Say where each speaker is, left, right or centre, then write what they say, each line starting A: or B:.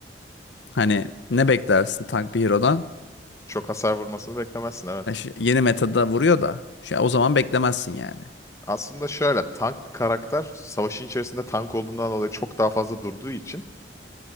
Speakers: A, on the left (about 85°); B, on the left (about 15°).
A: hani ne beklersin tank bir hero'dan?
B: Çok hasar vurmasını beklemezsin. Evet.
A: Ya şu- yeni metada vuruyor da şu, o zaman beklemezsin yani.
B: Aslında şöyle tank bir karakter savaşın içerisinde tank olduğundan dolayı çok daha fazla durduğu için